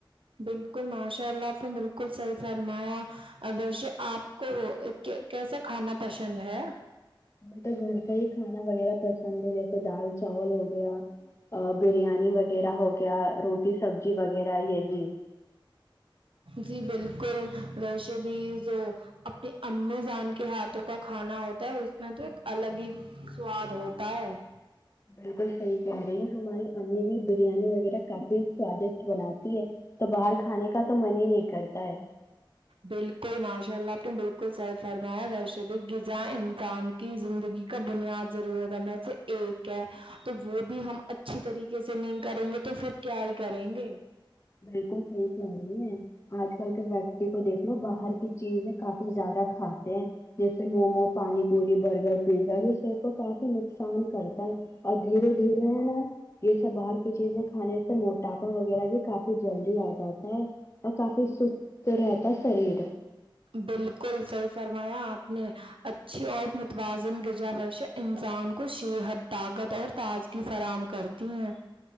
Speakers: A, on the right (about 75°); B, on the left (about 30°).
A: بلکل ماشاء اللہ آپ نے بلکل صحی فرمایا ویسے آپ کو کیسا کھانا پسند ہے
B: ہمیں تو گھر کا ہی کھانا وغیرہ پسند ہے جیسے دال چاول ہو گیا بریانی وغیرہ ہو گیا روٹی سبزی وغیرہ یہی
A: جی بلکل ویسے بھی جو اپنی امی جان کے ہاتھوں کا کھانا ہوتا ہے اس میں تو ایک الگ ہی سواد ہوتا ہے
B: بلکل صحیح کہہ رہی ہماری امی بھی بریانی وغیرہ کافی سوادشٹ بناتی ہے تو باہر کھانے کا تو من ہی نہیں کرتا ہے
A: بلکل ماشاء اللہ آپ نے بلکل صحی فرمایا ویسے بھی غذا انسان کی زندگی کا بنیاد ضرورتوں میں سے ایک ہے تو وہ بھی ہم اچھی طریقے سے نہیں کریں گے تو پھر کیا ہی کریں گے
B: بلکل صحیح کہے رہی ہے آج کل کے ویکتی کو دیکھ لو باہر کی چیزیں کافی زیادہ کھاتے ہیں جیسے مومو پانی پوری برگر پیزا بھی صحت کو کافی نقصان کرتا ہے اور دھیرے دھیرے ہے نا یہ سب باہر کی چیزیں کھانے سے موٹاپا وغیرہ بھی کافی فی جلدی آ جاتا ہے اور کافی سست رہتا ہے شریر
A: بلکل صحیح فرمایا آپ نے اچھی اور متوازن غذا ویشے انسان کو صحت طاقت اور تازگی فراہم کرتی ہیں